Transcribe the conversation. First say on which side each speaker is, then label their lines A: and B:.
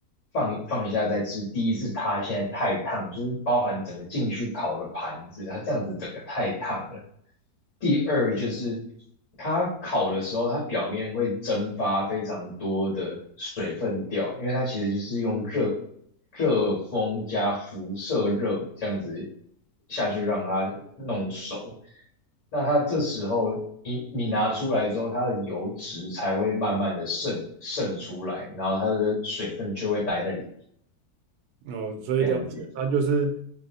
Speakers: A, on the left; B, on the right.
A: 放放一下再吃。第一是它现在太烫，就是包含整个进去烤的盘子，它这样子整个太烫了。第二就是它烤的时候，它表面会蒸发非常多的水分掉，因为它其实就是用热热风加辐射热这样子下去让它弄熟。那它这时候你你拿出来之后，它的油脂才会慢慢的渗渗出来，然后它的水分就会待在里
B: 哦，所以了解，
A: 这样子。
B: 那就是